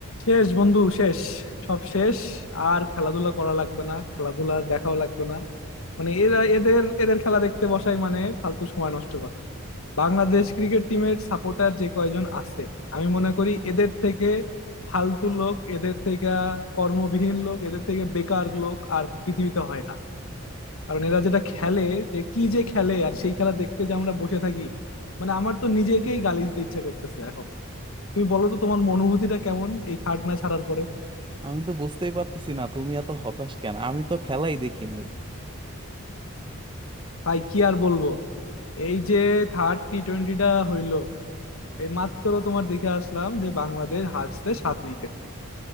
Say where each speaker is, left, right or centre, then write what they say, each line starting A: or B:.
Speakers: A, on the left; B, on the right.
A: শেষ বন্ধু শেষ সব শেষ আর খেলাধুলা করা লাগবে না খেলাধুলার দেখাও লাগবে না মানে এরা এদের এদের খেলা দেখতে বসাই মানে ফালতু সময় নষ্ট করে বাংলাদেশ ক্রিকেট টিমের সাপোর্টার যে কয়জন আছে আমি মনে করি এদের থেকে ফালতু লোক এদের থেকে কর্মবিহীন লোক এদের থেকে বেকার লোক আর পৃথিবীতে হয় না কারণ এরা যেটা খেলে যে কি যে খেলে আর সেই খেলা দেখতে যে আমরা বসে থাকি মানে আমার তো নিজেকেই গালি দিতে ইচ্ছা করতেছে এখন তুমি বলো তো তোমার অনুভূতিটা কেমন এই থার্ড ম্যাচ হারার পরে
B: আমি তো বুঝতেই পারতেছি না তুমি এত হতাশ কেন আমি তো খেলাই দেখি নাই
A: ভাই কি আর বলবো এই যে থার্ড টি টোয়েন্টিটা হইলো এই মাত্র তোমার দেখে আসলাম যে বাংলাদেশ হারছে সাত উইকেটে